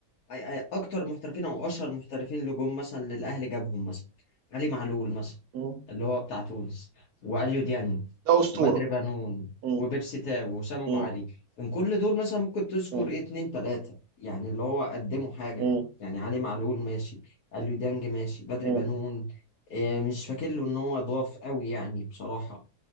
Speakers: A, on the left; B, on the right.
A: أي- أي- اكتر محترفين او اشهر محترفين اللي جم مثلا للاهلي جابهم مثلا علي معلول مثلا
B: مم.
A: اللي هو بتاع تونس واليو ديانج
B: ده اسطوره
A: وبدر بنون
B: مم.
A: وبيرسي تاو وسام ابو
B: مم.
A: علي من كل دول مثلا ممكن تذكر
B: مم.
A: ايه اتنين تلاته يعني اللي هو قدموا حاجه
B: مم.
A: يعني علي معلول ماشي اليو ديانج ماشي بدر
B: مم.
A: بنون إيه
B: مم.
A: مش فاكر له ان هو ضاف قوي يعني بصراحه